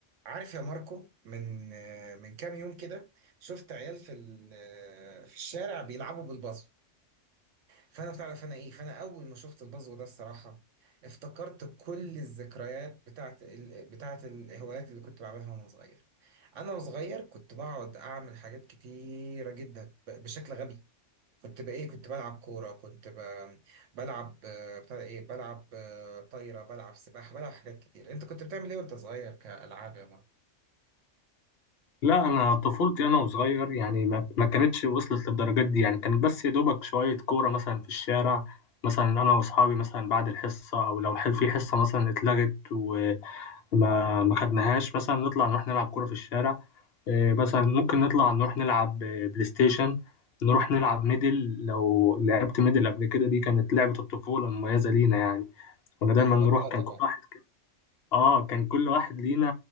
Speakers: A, on the right (about 80°); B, on the left (about 60°).
A: عارف يا ماركو من آه، من كام يوم كده شفت عيال في ال- آه، في الشارع بيلعبوا بالبازو فانا بتعرف انا ايه فانا اول ما شفت البازو ده الصراحه افتكرت كل الذكريات بتاعت ال... بتاعت الهوايات اللي كنت بعملها وانا صغير انا وصغير كنت بقعد اعمل حاجات كتيره جدا ب... بشكل غبي كنت بقى ايه كنت بلعب كوره كنت ب... بلعب آه، بتاع ده ايه بلعب آه، طايره بلعب سباحه بلعب حاجات كتير انت كنت بتعمل ايه وانت صغير كالعاب يا ماركو
B: لا انا طفولتي انا وصغير يعني ما ما كانتش وصلت للدرجات دي يعني كانت بس يا دوبك شويه كوره مثلا في الشارع مثلا انا واصحابي مثلا بعد الحصه او لو ح- في حصه مثلا اتلغت وما ما خدناهاش مثلا نطلع نروح نلعب كوره في الشارع إيه، مثلا ممكن نطلع نروح نلعب آه، بلاي ستيشن نروح نلعب ميدل لو لعبت ميدل قبل كده دي كانت لعبه الطفوله المميزه لينا يعني كنا دايما
A: ايوه
B: نروح
A: لا طبعا
B: كان كل واحد اه كان كل واحد لينا